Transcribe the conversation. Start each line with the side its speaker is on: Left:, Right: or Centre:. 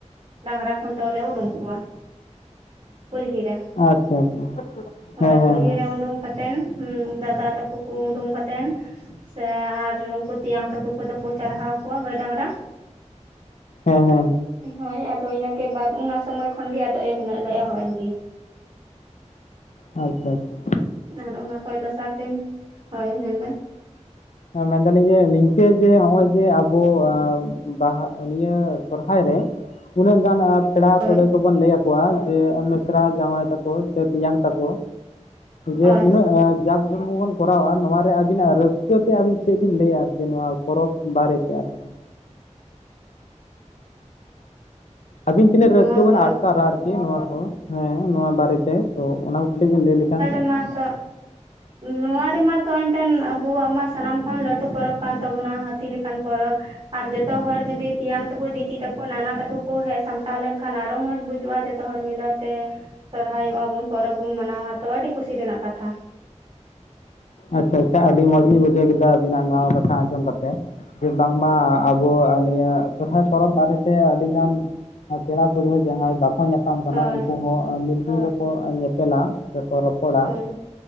Right: ᱰᱟᱝᱨᱟ ᱠᱷᱩᱱᱴᱟᱹᱣ ᱞᱮ ᱩᱰᱩᱝ ᱠᱚᱣᱟ᱾ ᱠᱩᱞᱦᱤ ᱨᱮ᱾
Left: ᱟᱪᱷᱟ-ᱟᱪᱷᱟ ᱦᱮᱸ,
Right: ᱦᱳᱭ
Left: ᱦᱮᱸ-ᱦᱮᱸ᱾
Right: ᱠᱩᱞᱦᱤ ᱨᱮ ᱩᱰᱩᱝ ᱠᱟᱛᱮᱱ ᱫᱟᱫᱟ ᱛᱟᱠᱚ ᱠᱚ ᱩᱰᱩᱝ ᱠᱟᱛᱮᱱ ᱥᱮ ᱟᱨ ᱩᱱᱠᱩ ᱛᱮᱭᱟᱝ ᱛᱟᱠᱚ ᱠᱚᱫᱚ ᱠᱚ ᱪᱟᱨᱦᱟᱣ ᱠᱚᱣᱟ ᱜᱟᱹᱭ ᱰᱟᱝᱨᱟ
Left: ᱦᱮᱸ-ᱦᱮᱸ᱾
Right: ᱦᱳᱭ ᱟᱫᱚ ᱤᱱᱟᱹᱠᱮ ᱵᱟᱫ ᱚᱱᱟ ᱥᱚᱢᱚᱭ ᱠᱷᱚᱱᱜᱮ ᱟᱫᱚ ᱮᱱᱮ ᱞᱮ ᱮᱦᱚᱵ ᱮᱱ ᱜᱮ᱾
Left: ᱟᱪᱷᱟ-ᱟᱪᱷᱟ ᱾
Right: ᱟᱨ ᱚᱱᱟ ᱠᱷᱳᱭ ᱫᱚᱥᱟᱨ ᱫᱤᱱ ᱦᱳᱭ ᱢᱮᱱᱵᱮᱱ?
Left: ᱦᱚᱸ ᱢᱮᱱ ᱮᱫᱟᱞᱤᱧ ᱡᱮ ᱱᱤᱝᱠᱟᱹ ᱜᱮ ᱱᱚᱜᱼᱚᱭ ᱡᱮ ᱟᱵᱚ ᱵᱟᱦᱟ ᱱᱤᱭᱟᱹ ᱥᱚᱨᱦᱟᱭ ᱨᱮ ᱩᱱᱟᱹᱜ ᱜᱟᱱ ᱯᱮᱲᱟ
Right: ᱦᱳᱭ
Left: ᱯᱟᱹᱲᱦᱟᱹ ᱠᱚᱵᱚᱱ ᱞᱟᱹᱭ ᱟᱠᱚᱣᱟ ᱡᱮ ᱢᱤᱥᱨᱟ ᱡᱟᱶᱟᱭ ᱛᱟᱠᱚ ᱥᱮ ᱛᱤᱧᱟᱝ ᱛᱟᱠᱚ ᱡᱮ
Right: ᱦᱳᱭ
Left: ᱩᱱᱟᱹ ᱡᱟᱠ ᱠᱚᱨᱟᱣᱟ ᱱᱚᱣᱟ ᱨᱮ ᱟᱹᱵᱤᱱᱟᱜ ᱨᱟᱹᱥᱠᱟᱹ ᱛᱮ ᱟᱹᱵᱤᱱ ᱪᱮᱫ ᱵᱤᱱ ᱞᱟᱹᱭᱟ ᱟᱨᱠᱤ ᱱᱚᱣᱟ ᱯᱚᱨᱚᱵᱽ ᱵᱟᱨᱮᱛᱮ ᱟᱨᱠᱤ ᱟᱹᱵᱤᱱ ᱛᱤᱱᱟᱹᱜ
Right: ᱱᱚᱣᱟ
Left: ᱨᱟᱹᱥᱠᱟᱹ ᱵᱤᱱ
Right: ᱯᱚᱨᱚᱵᱽ
Left: ᱟᱴᱠᱟᱨᱟ ᱟᱨᱠᱤ ᱱᱚᱣᱟ ᱠᱚ? ᱦᱮᱸ ᱱᱚᱣᱟ ᱵᱟᱨᱮᱛᱮ ᱛᱚ ᱚᱱᱟ ᱠᱚ ᱠᱟᱹᱴᱤᱡ ᱵᱮᱱ ᱞᱟᱹᱭ ᱞᱮᱠᱷᱟᱱ?
Right: ᱚᱱᱟᱛᱚ ᱱᱚᱣᱟ ᱨᱮᱢᱟ ᱛᱚ ᱮᱱᱛᱮᱱ ᱟᱵᱚᱣᱟᱜ ᱢᱟ ᱥᱟᱱᱟᱢ ᱠᱷᱚᱱ ᱞᱟᱹᱴᱩ ᱯᱚᱨᱚᱵᱽ ᱠᱟᱱ ᱛᱟᱵᱚᱱᱟ ᱦᱟᱹᱛᱤ ᱞᱮᱠᱟᱱ ᱯᱚᱨᱚᱵᱽ ᱟᱨ ᱡᱚᱛᱚ ᱦᱚᱲ ᱡᱩᱫᱤ ᱛᱮᱭᱟᱝ ᱛᱮᱠᱚ ᱫᱤᱫᱤ ᱛᱟᱠᱚ ᱱᱟᱱᱟ ᱛᱟᱠᱚ ᱠᱚ ᱦᱮᱡ ᱥᱟᱢᱴᱟᱣ ᱞᱮᱱᱠᱷᱟᱱ ᱟᱨᱚ ᱢᱚᱸᱡᱽ ᱵᱩᱡᱩᱜᱼᱟ ᱡᱚᱛᱚ ᱦᱚᱲ ᱢᱤᱞᱟᱹ ᱛᱮ ᱥᱚᱨᱦᱟᱭᱚᱜᱼᱟᱵᱚᱱ ᱯᱚᱨᱚᱵᱽ ᱵᱚᱱ ᱢᱟᱱᱟᱣᱟ ᱛᱚ ᱟᱹᱰᱤ ᱠᱩᱥᱤ ᱨᱮᱱᱟᱜ ᱠᱟᱛᱷᱟ᱾
Left: ᱟᱪᱷᱟ-ᱟᱪᱷᱟ ᱟᱹᱰᱤ ᱢᱚᱸᱡᱽᱞᱤᱧ ᱵᱩᱡᱷᱟᱹᱣ ᱠᱮᱫᱟ ᱟᱵᱤᱱᱟᱜ ᱱᱚᱣᱟ ᱠᱟᱛᱷᱟ ᱟᱸᱡᱚᱢ ᱠᱟᱛᱮ᱾ ᱡᱮ ᱵᱟᱝᱢᱟ, ᱟᱵᱚ ᱱᱤᱭᱟᱹ ᱥᱚᱨᱦᱟᱭ ᱯᱚᱨᱚᱵᱽ ᱵᱟᱨᱮᱛᱮ ᱟᱹᱰᱤᱜᱟᱱ ᱟᱨ ᱯᱮᱲᱟ ᱯᱟᱹᱲᱦᱟᱹ ᱡᱟᱦᱟᱸᱭ ᱵᱟᱠᱚ ᱧᱟᱯᱟᱢ ᱠᱟᱱᱟ
Right: ᱦᱳᱭ
Left: ᱩᱱᱠᱩ ᱦᱚᱸ ᱢᱤᱫ ᱫᱤᱱ ᱨᱮᱠᱚ ᱧᱮᱯᱮᱞᱟ ᱨᱮᱠᱚ ᱨᱚᱯᱚᱲᱟ,
Right: ᱦᱳᱭ